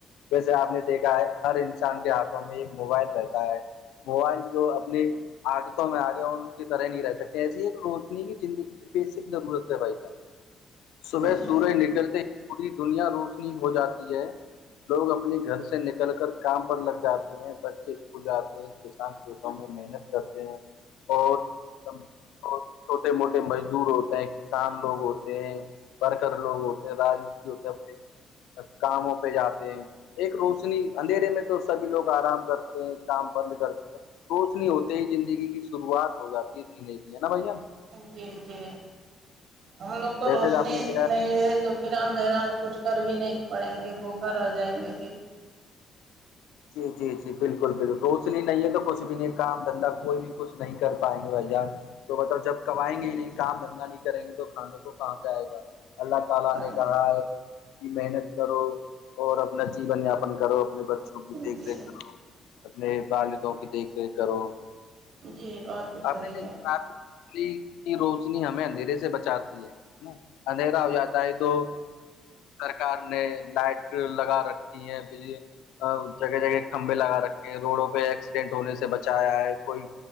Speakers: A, on the left; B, on the right.
A: جیسے آپ نے دیکھا ہے ہر انسان کے ہاتھوں میں ایک موبائل رہتا ہے موبائل جو اپنی عادتوں میں آگے کی طرح نہیں رہ سکتے ایسیے ایک روشنی کی زندگی بیسک ضرورت ہے بھائی جان صبح
B: جی
A: سورج نکلتے ہی پوری دنیا روشنی ہو جاتی ہے لوگ اپنے گھر سے نکل کر کام پر لگ جاتے ہیں بچے اسکول جاتے ہیں کسان کووکم میں محنت کرتے ہیں اور بت چھوٹے موٹے مزدور ہوتے ہیں کسان لوگ ہوتے پڑھ کر لوگ ہوتے ہیں را مستری ہوتے اپنے کاموں پہ جاتے ہیں ایک روشنی اندھیرے میں تو سبھی لوگ آرام کرتے ہیں کام بند کرتے ہیں کوچ نہیں ہوتے ہی زندگی کی شروعات ہو جاتی ہے جینے کی ہے نا بھیا
B: جی جی ہم لوگ کو
A: جیسے
B: روشنی
A: آپ نے کہا
B: نہیں رہے تو پھر اندھیرا میں کچھ کر بھی نہیں پائیں گے بھوکھا رہ جائیں گے پھر
A: جی جی جی بالکل بالکل روشنی نہیں ہے تو کچھ بھی نہیں کام دھندا کوئی بھی کچھ نہیں کر پائیں گے بھائی جان تو بتاؤ جب کائیں
B: جی
A: گے ہی نہیں کام دھندا نہیں کریں گے تو کھانے کو کہاں ج آئے گا اللہ تعالی
B: ہاں
A: نے کہا ہے کی محنت کرو اور اپنا جیون یاپن کرو اپنے بچوں کی
B: جی
A: دیکھ ریکھ کرو اپنے والد کی دیکھ ریکھ کرو
B: جی بات تو
A: آپ
B: صحیح
A: نے دیکھ
B: ہے
A: کی روشنی ہمیں اندھیرے سے بچاتی ہے نا اندھیراؤ جاتا ہے تو سرکار نے لائٹ لگا رکھی ہے بجلی جگہ جگہ کھمبے لگا رکھے ہیں روڈوں پہ ایکسیڈینٹ ہونے سے بچایا ہے کوئی